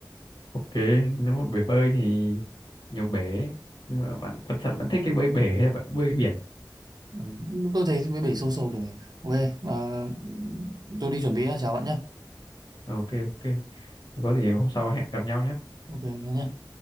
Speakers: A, on the left; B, on the right.
A: ok nếu mà bể bơi thì nhiều bể nhưng mà bạn quan trọng bạn thích cái bơi bể hay bạn bơi biển
B: ừ, tôi thấy mấy bể sâu sâu rồi ok à, tôi đi chuẩn bị nhá chào bạn nhá
A: Ờ, ok ok Thế có gì hôm sau hẹn gặp nhau nhé
B: ok nhá